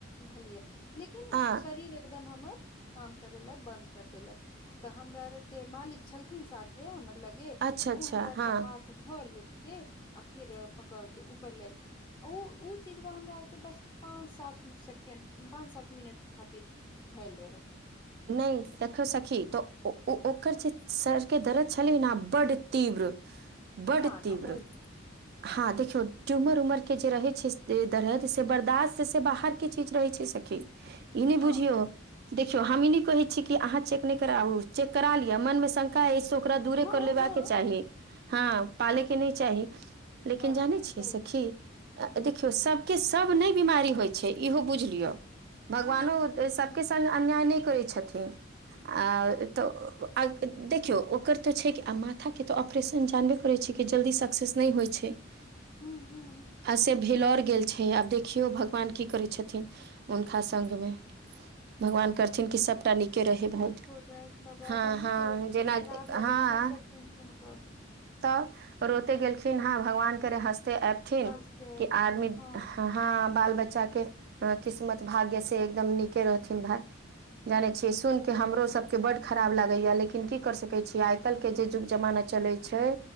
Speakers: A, on the left; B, on the right.
A: भलियै लेकिन
B: हँ
A: शरीर एकदम हमर काम करेै लऽ बंद कैर देलक तऽ हमरा आर केँ मालिक छलथिन साथे हमर लगे
B: अच्छा
A: तऽ
B: अच्छा
A: उ हमरा आर
B: हँ
A: केँ हाथ धोल केँ आ फिर पकड़ केँ ऊपर लेलथिन उ उ चीजबा हमरा आर केँ बस पाँच सात सेकेण्ड पाँच सात मिनट खातिर भैल रहै
B: नय देखो सखी तऽ ओ उ उ ओकर
A: हँ
B: जे सर केँ दरद छलै नऽ बड्ड तीव्र बड्ड
A: ना
B: तीव्र
A: ना ओइ
B: हँ देखियो ट्यूमर उमर केँ जे रहै छै जे दरद से बर्दास्त से बाहर केँ चीज रहै छै सखी इ नय
A: हँ
B: बुझियो देखियौ हम इ नय कहै छी की अहाँ चेक नय कराबू चेक करा लिअ मन मे शं का अय से ओकरा दूरे
A: हँ
B: कऽ लेबाकेँ
A: हँ
B: चाही हँ पाले कऽ नय चाही लेकिन
A: हँ
B: जानै
A: हँ हँ सही
B: छियै सखी
A: कहलहुँ हँ
B: देखियौ सब सब बीमारी नै होइ छै इहे बुझलियो भगवानो
A: हँ सही कहलहुँ
B: सब केँ संगे अन्याय नय करै छथिन आ तऽ आ देखियौ ओकर तऽ छै की आ माथा केँ तो ऑपरेशन जानबे करै छी की की जल्दी सक्सेस नइ होइ छै <unintelligible>
A: हूँ हूँ
B: आ से भेलोर गेल छै आब देखियौ भगवान कि करै छथिन हुनका संग मे भगवान करथिन कि सभटा नीक के रहेदैत
A: ठीक
B: बहुत
A: हो जायत बाबा
B: हाँ
A: बहुत
B: जेना
A: खराब लगे
B: हाँ
A: छै ई सब सुन सुन कऽ
B: तऽ अरोते गेलखिन हैं भगवान के हँसते ऐबथिन
A: हँसते
B: कि
A: एथिन
B: आदमी
A: हँ
B: हा बाल बच्चा के किस्मत भाग्य से एकदम नीके रहथिन भाय जाने छिये सुन के हमरो सभ के बाद खराब लागे या लेकिन कि को सके छी आई कल्हि के जे युग जमाना चले छै छै